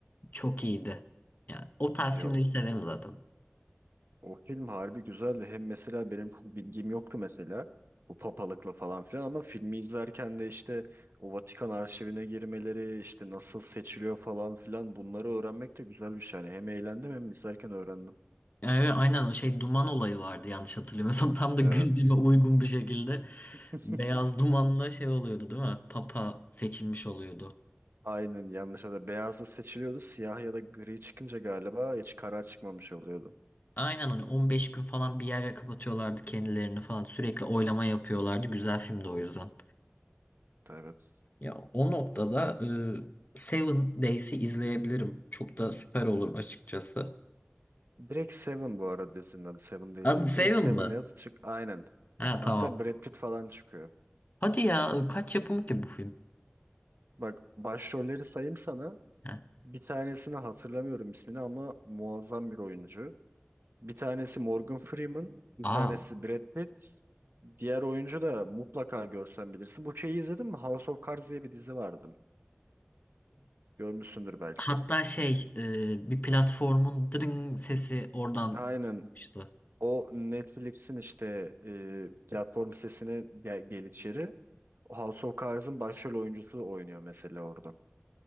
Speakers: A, on the left; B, on the right.
A: Çok iyiydi. Yani o tarz
B: Ya
A: filmleri severim zaten.
B: O film harbi güzeldi. Hem mesela benim çok bilgim yoktu mesela bu papalıkla falan filan ama filmi izlerken de işte o Vatikan arşivine girmeleri işte nasıl seçiliyor falan filan bunları öğrenmek de güzel bir şey. Yani hem eğlendim hem izlerken öğrendim.
A: Evet, aynen o şey duman olayı vardı yanlış hatırlamıyorsam. <laughs> Tam da
B: Evet.
A: gündeme uygun bir şekilde
B: <laughs>
A: beyaz dumanla şey oluyordu değil mi? Papa seçilmiş oluyordu.
B: Aynen yanlış da beyazla seçiliyordu. Siyah ya da gri çıkınca galiba hiç karar çıkmamış oluyordu.
A: Aynen hani 15 gün falan bir yere kapatıyorlardı kendilerini falan. Sürekli oylama yapıyorlardı. Güzel filmdi o yüzden.
B: Evet.
A: Ya o noktada e, Seven Days'i izleyebilirim. Çok da süper olur açıkçası.
B: Direkt Seven bu arada dizinin adı. Seven değilse.
A: Adı Seven
B: Direkt Seven
A: mı?
B: yaz çık. Aynen.
A: Ha
B: Hatta
A: tamam.
B: Brad Pitt falan çıkıyor.
A: Hadi ya kaç yapımı ki bu film?
B: Bak başrolleri sayayım sana.
A: Ha.
B: Bir tanesini hatırlamıyorum ismini ama muazzam bir oyuncu. Bir tanesi Morgan Freeman, bir
A: Aa.
B: tanesi Brad Pitt. Diğer oyuncu da mutlaka görsen bilirsin. Bu şeyi izledin mi? House of Cards diye bir dizi vardı. Görmüşsündür belki.
A: Hatta şey e, bir platformun dırın sesi oradan
B: Aynen.
A: çıkmıştı.
B: O Netflix'in işte e, platform sitesine gel, gel içeri. House of Cards'ın başrol oyuncusu oynuyor mesela orada.